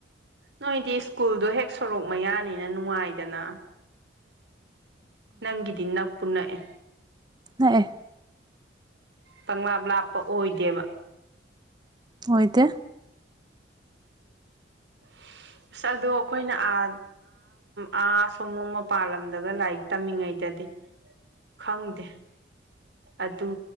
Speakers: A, on the right (about 65°); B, on the right (about 25°).
A: ꯅꯣꯏꯗꯤ ꯁ꯭ꯀꯨꯜꯗꯣ ꯍꯦꯛ ꯁꯣꯔꯣꯛ ꯃꯌꯥꯅꯤꯅ ꯅꯨꯡꯉꯥꯏꯗꯅ ꯅꯪꯒꯤꯗꯤ ꯅꯛꯄ ꯅꯛꯑꯦ
B: ꯍ ꯑꯦ
A: ꯀꯪꯂꯪꯂꯥꯞ ꯂꯥꯞꯄ ꯑꯣꯏꯗꯦꯕ
B: ꯍꯣꯏꯗꯤ
A: <inaudible> ꯑꯁ ꯑꯗꯣ ꯑꯩꯈꯣꯏꯅꯥ ꯑꯥ ꯑꯥ ꯑꯁꯣꯝꯝ ꯃꯄꯥꯥꯟꯂꯝꯗꯒ ꯂꯥꯏꯔꯤꯛ ꯇꯝꯃꯤꯉꯩꯗꯗꯤ ꯈꯪꯗꯦ ꯑꯗꯨ